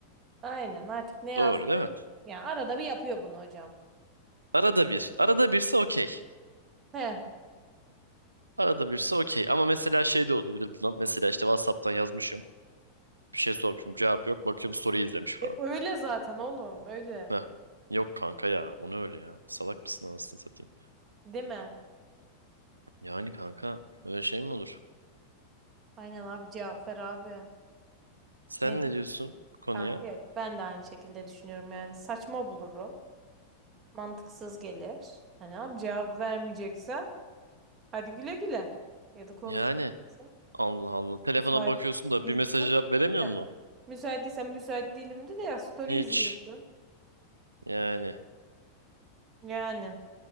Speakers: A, on the right (about 25°); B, on the right (about 80°).
A: Aynen artık ne yazdın?
B: Doğru değil mi?
A: Ya arada bir yapıyor bunu hocam.
B: Arada bir. Arada birse okey.
A: He.
B: Arada birse okey. Ama mesela şey de olabilir bundan. Mesela işte WhatsApp'tan yazmışım. Bir şey sormuşum. Cevap yok. Bakıyorum story izlemiş falan.
A: E, öyle zaten oğlum öyle.
B: Heh. Yok kanka ya. Onu öyle ya. Salak mısın anasını satayım.
A: Değil mi?
B: Yani kanka öyle şey mi olur?
A: Aynen abi cevap ver abi.
B: Sen
A: Nedir?
B: ne diyorsun bu konuya?
A: Kanka evet, ben de aynı şekilde düşünüyorum yani saçma bulurum. Mantıksız gelir. Hani abi cevap vermeyeceksen hadi güle güle. Ya da konuşmayacaksak.
B: Yani Allah Allah. Telefona
A: Müsait
B: bakıyorsun da
A: değilse.
B: bir mesaja cevap veremiyor
A: Heh.
B: mu?
A: Müsait değilsen müsait değilim de de ya story
B: Hiç.
A: izliyorsun.
B: Yani
A: Yani